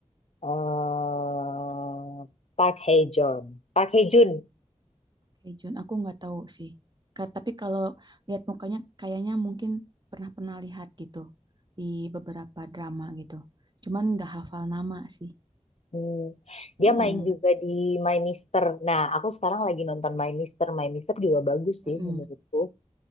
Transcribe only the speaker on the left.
eh Park Hae Joon. Park Hae Joon.
Hmm,
dia main juga di My Mister. Nah, aku sekarang lagi nonton My Mister. My Mister juga bagus sih
menurutku.